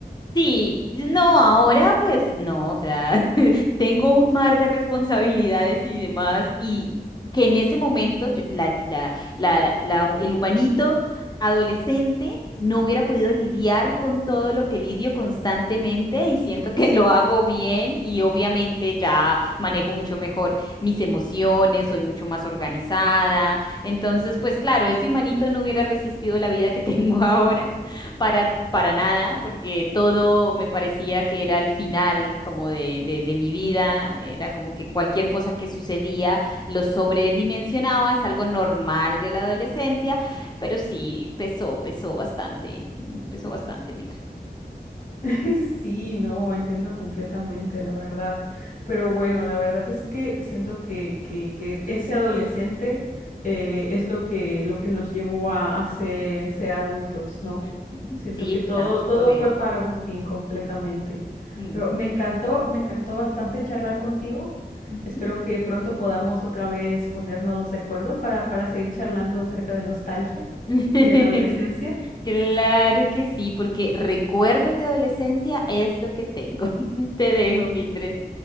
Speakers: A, on the left; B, on the left.
A: Sí, no, ahora pues no, o sea, <laughs> tengo un mar de responsabilidades y demás, y que en ese momento yo- la, la, la, la- el humanito adolescente no hubiera podido lidiar con todo lo que lidio constantemente y siento que lo hago bien y obviamente ya manejo mucho mejor mis emociones, soy mucho más organizada, entonces pues claro, ese humanito no hubiera resistido la vida que <laughs> tengo ahora para, para nada, porque todo me parecía que era el final como de, de, de mi vida, era como que cualquier cosa que sucedía lo sobredimensionaba, es algo normal de la adolescencia, pero sí, pesó, pesó bastante, mm, pesó bastante, Mildred.
B: <laughs> Sí, no, entiendo completamente, la verdad. Pero bueno, la verdad es que siento que, que, que ese adolescente eh, es lo que, lo que nos llevó a, a ser, ser adultos, ¿no?
A: Ujú,
B: Siento
A: Sí,
B: que todo,
A: estamos por
B: todo
A: él.
B: fue para un fin completamente.
A: Mm,
B: Pero me
A: cierto.
B: encantó, me encantó bastante charlar contigo.
A: Ujú.
B: Espero que pronto podamos otra vez ponernos de acuerdo para, para seguir charlando acerca de nostalgia
A: <laughs>
B: y de la adolescencia.
A: Claro que sí, porque recuerdos de adolescencia es lo que tengo. <laughs> Te dejo, Mildred.